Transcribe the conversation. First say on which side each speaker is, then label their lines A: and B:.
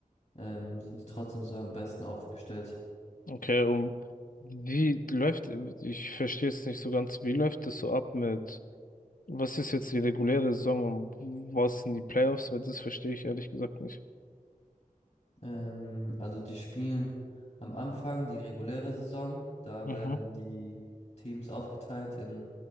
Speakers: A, on the left; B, on the left.
A: ähm, sind die trotzdem so am besten aufgestellt.
B: Okay, um wie läuft, ich verstehe es nicht so ganz, wie läuft das so ab mit, was ist jetzt die reguläre Saison und was sind die Playoffs? Weil das verstehe ich ehrlich gesagt nicht.
A: Ähm, also die spielen am Anfang die reguläre Saison. Da
B: Mhm.
A: werden die Teams aufgeteilt in